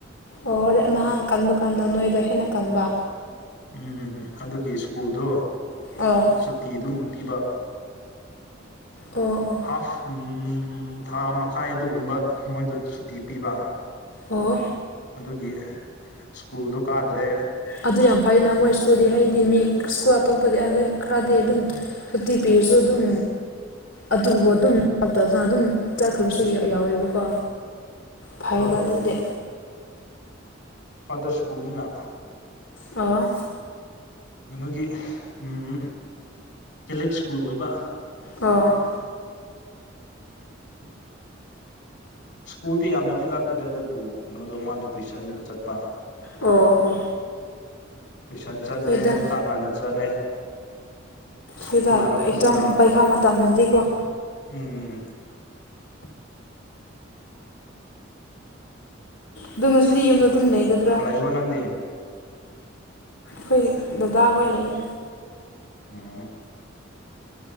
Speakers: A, on the left (about 80°); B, on the left (about 65°).
A: ꯑꯣ ꯍꯣꯔꯦ ꯅꯍꯥꯟ ꯀꯟꯕ ꯀꯥꯟꯗ ꯅꯣꯏꯗ ꯍꯦꯟꯅ ꯀꯟꯕ
B: ꯎꯝ ꯑꯗꯨꯒꯤ ꯁ꯭ꯀꯨꯜꯗꯣ
A: ꯑꯥ
B: ꯁꯨꯇꯤ ꯑꯗꯨꯝ ꯄꯤꯕ
A: ꯑꯣ ꯑꯣ
B: ꯍꯥꯐ ꯎꯝ ꯊꯥ ꯃꯈꯥꯏ ꯑꯗꯨꯒꯨꯝꯕ ꯃꯣꯏꯗꯨ ꯁꯨꯇꯤ ꯄꯤꯕ
A: ꯑꯣ
B: ꯑꯗꯨꯒꯤ ꯁ꯭ꯀꯨꯜꯗꯣ ꯀꯥꯗꯔꯦ
A: ꯑꯗꯨ ꯌꯥꯝ ꯐꯩꯅꯦ ꯃꯣꯏ ꯀꯨꯜꯗꯤ ꯍꯥꯏꯗꯤ ꯃꯤ ꯁ꯭ꯀꯨꯜ ꯑꯇꯣꯞꯄꯗꯤ ꯑꯗꯩ ꯈꯔꯗꯤ ꯑꯗꯨꯝ ꯁꯨꯇꯤ ꯄꯤꯔꯁꯨ ꯑꯗꯨꯝ ꯑꯗꯨꯕꯨ ꯑꯗꯨꯝ ꯉꯇꯗꯅ ꯑꯗꯨꯝ ꯆꯠꯈ꯭ꯔꯕꯁꯨ
B: ꯎꯝ
A: ꯌꯥꯎꯋꯦꯕꯀꯣ ꯐꯩꯌꯦꯗ
B: ꯍꯣꯏ
A: ꯑꯗꯨꯗꯤ
B: ꯐꯥꯗꯔ ꯁ꯭ꯀꯨꯜꯅꯦꯅ
A: ꯑꯣ
B: ꯅꯨꯅꯨꯒꯤ ꯎꯝ ꯀꯦꯊꯂꯤꯛ ꯁ꯭ꯀꯨꯜ ꯑꯣꯏꯕ
A: ꯑꯣ
B: <inaudible> ꯁ꯭ꯀꯨꯜꯗꯤ ꯌꯥꯝꯅꯗꯤ ꯂꯥꯞꯇꯦꯗ ꯑꯗꯨꯕꯨ ꯀꯩꯅꯣꯗꯣ ꯃꯥꯗꯣ ꯇꯨꯏꯁꯟꯗꯣ ꯆꯠꯄ꯫
A: ꯑꯣ ꯑꯣ꯫
B: ꯇꯨꯏꯁꯟ ꯆꯠꯂꯦ
A: ꯍꯣꯏꯗ
B: ꯆꯥꯛ ꯉꯟꯅ ꯆꯥꯔꯦ ꯁ꯭ꯀꯨꯜ
A: ꯑꯗꯨꯗ
B: ꯍꯜꯂꯛꯄꯗꯨꯅ
A: ꯑꯦꯛꯖꯥꯝ ꯄꯩꯈꯥ ꯃꯇꯝꯗꯗꯤꯀꯣ
B: ꯎꯝ
A: ꯑꯗꯨ ꯉꯁꯤꯗꯤ ꯌꯨꯝꯗ ꯑꯗꯨꯝ ꯂꯩꯒꯗ꯭ꯔꯥ꯫
B: ꯕ꯭ꯔꯣ ꯅꯪꯗꯤ꯫
A: ꯈꯣꯏꯗꯤ ꯗꯗꯥ ꯈꯣꯏ ꯂꯩꯌꯦ꯫
B: ꯎꯝ꯫